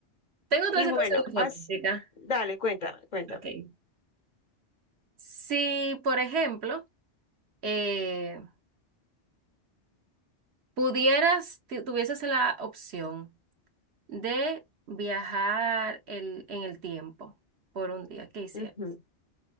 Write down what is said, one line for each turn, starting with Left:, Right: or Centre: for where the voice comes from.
Right: Tengo otra
Left: Y
Right: situación
Left: bueno,
Right: hipotética.
Left: haz, dale, cuéntame, cuéntame.
Right: Ok. Si, por ejemplo, eh, pudieras, tu- tuvieses la opción de viajar el- en el tiempo por un día, ¿qué hicieras?
Left: Ujú,